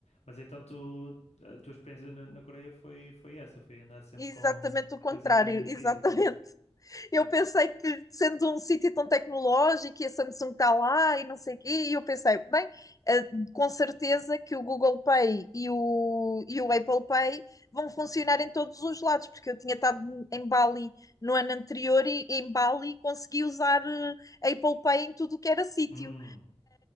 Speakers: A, on the left; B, on the left.
A: Mas então tu, a tua experiência na, na Coreia foi, foi essa, foi andar sempre
B: Exatamente
A: com
B: o contrário,
A: utilizar dinheiro
B: <laughs>
A: físico,
B: exatamente.
A: né?
B: Eu
A: Pois.
B: pensei que, sendo um sítio tão tecnológico e a Samsung está lá e não sei o quê, e eu pensei, bem, eh, com certeza que o Google Pay e o, e o Apple Pay vão funcionar em todos os lados, porque eu tinha estado em Bali no ano anterior e em Bali consegui usar eh, Apple Pay em tudo o que era sítio
A: Hum,